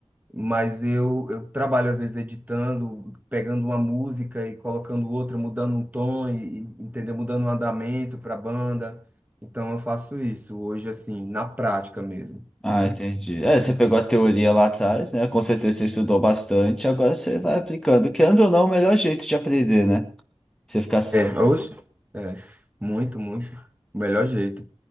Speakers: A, on the right; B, in the centre.
A: Mas eu, eu trabalho, às vezes, editando, pegando uma música e colocando outra, mudando um tom, e, e, entendeu? Mudando um andamento para a banda. Então, eu faço isso hoje, assim, na prática mesmo,
B: Ah,
A: né?
B: entendi. É, você pegou a teoria lá atrás, né? Com certeza você estudou bastante, agora você vai aplicando. Querendo ou não, o melhor jeito de aprender, né? Você ficar
A: É, oxe, é, muito, muito. O melhor jeito.